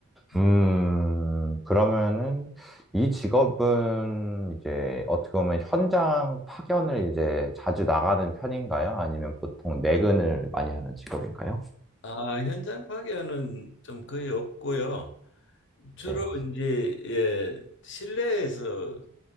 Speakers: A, on the left; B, in the centre.
A: 음.
B: 음, 그러면은 이 직업은 이제 어떻게 보면 현장 파견을 이제 자주 나가는 편인가요? 아니면 보통 내근을 많이 하는 직업인가요?
A: 아, 현장 파견은 좀 거의 없고요. 주로
B: 네.
A: 이제 예, 실내에서